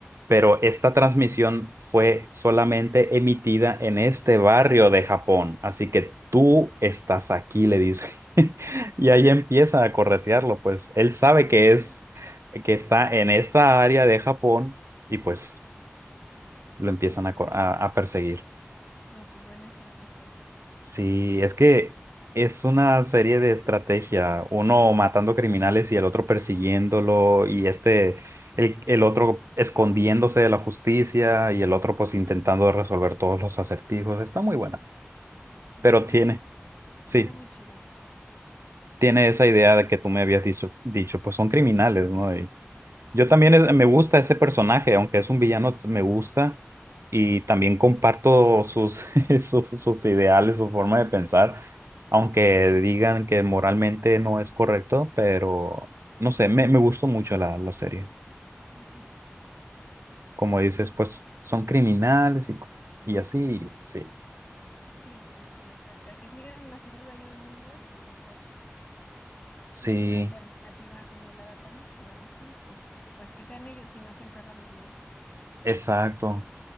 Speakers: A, on the right; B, on the left.
A: pero esta transmisión fue solamente emitida en este barrio de Japón, así que tú estás aquí, le dice. <laughs> Y ahí empieza a corretearlo, pues él sabe
B: Ah,
A: que es que está en esta área de Japón y pues lo empiezan
B: wow.
A: a, co- a a perseguir.
B: No, pues buena estrategia.
A: Sí, es que es una serie de estrategia, uno matando criminales y el otro persiguiéndolo y este, el, el otro escondiéndose de la justicia y el otro pues intentando resolver todos los acertijos. Está muy buena,
B: Sí,
A: pero
B: suena,
A: tiene,
B: suena
A: sí,
B: muy chida.
A: tiene esa idea de que tú me habías dicho, dicho pues son criminales, ¿no? Yo también
B: Sí.
A: es- me gusta ese personaje, aunque es un villano, me gusta y también comparto sus, <laughs> su- sus ideales, su forma de pensar, aunque digan que moralmente no es correcto, pero no sé, me, me gustó mucho la, la serie.
B: Ujú. Sí,
A: Como dices,
B: pues sí.
A: pues son criminales y, co- y así, sí,
B: Sí, pues sí, o sea, que que sigan haciendo daño al mundo, pues mejor. Si
A: sí,
B: hay una alternativa como la de Thanos o algo así, pues, pues que sean ellos y no gente random, ¿no?
A: exacto.